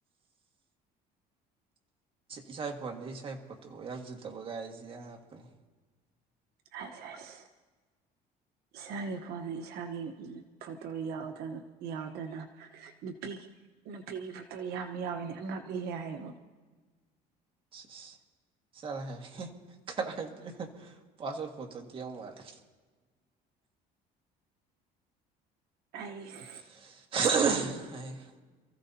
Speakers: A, on the right (about 30°); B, on the right (about 70°).
A: ꯏꯁꯥ ꯐꯣꯟꯗ ꯏꯁꯥꯒꯤ ꯐꯣꯠꯇꯣ ꯌꯥꯎꯖꯗꯕ ꯒꯥꯏꯁꯦ ꯑꯉꯛꯄꯅꯦ
B: <unintelligible> ꯏꯁꯥꯒꯤ ꯐꯣꯟꯗ ꯏꯁꯥꯒꯤ ꯐꯣꯇꯣ ꯌꯥꯎꯗꯅ ꯅꯨꯄꯤꯒꯤ ꯅꯨꯄꯤꯒꯤ ꯐꯣꯇꯣ ꯌꯥꯝ ꯌꯥꯎꯋꯤꯅꯦ ꯑꯉꯛꯂꯤ ꯍꯦ ꯍꯥꯏꯌꯣ
A: <unintelligible> ꯆꯂꯥꯍꯥꯏ ꯀꯥꯔꯥꯏꯗꯩꯩ ꯄꯥꯁꯄꯣꯠ ꯐꯣꯠꯇꯣꯗꯤ ꯌꯥꯎꯃꯥꯜꯂꯦ
B: ꯑꯩꯁ
A: <unintelligible>